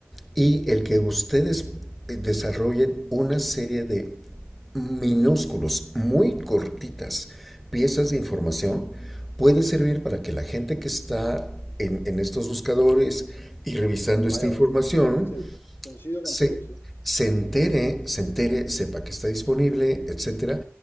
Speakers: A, in the centre; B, on the left.
A: y el que ustedes eh, desarrollen una serie de minúsculos, muy cortitas piezas de información puede servir para que la gente que está en, en estos buscadores y revisando
B: vaya
A: esta información
B: viendo. Sí, coincido
A: se,
B: contigo, sí,
A: se entere,
B: sí,
A: se entere, sepa que está disponible, etcétera.